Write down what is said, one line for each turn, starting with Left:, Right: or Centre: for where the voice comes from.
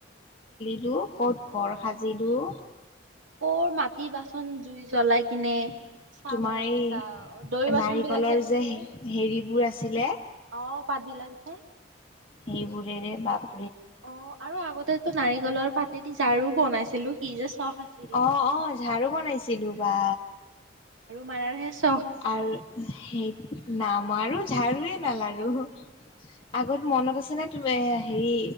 Left: বোলো ক'ত
Right: অ
Left: ঘৰ সাজিলোঁ।
Right: কৰ মাটি বাচন জুই জ্বলাই কিনে। চাহ
Left: তোমাৰ
Right: বনাব
Left: এই
Right: যাওঁ দৈ বাচন
Left: নাৰিকলৰ
Right: বিলাক থাকে
Left: যে হেৰিবোৰ আছিলে।
Right: অ পাত বিলাক যে।
Left: সেইবোৰৰে বাপ
Right: অ আৰু আগতেতো নাৰিকলৰ পাতেদি ঝাৰু বনাইছিলোঁ কি যে চখ আছিলে
Left: অহ অহ অ ঝাৰু বনাইছিলোঁ বা।
Right: মাৰাৰ হে চ
Left: আৰু সেই নামৰো আৰু ঝাৰুয়ে নালাৰু। আগত মনত আছে নে তুমি হেৰি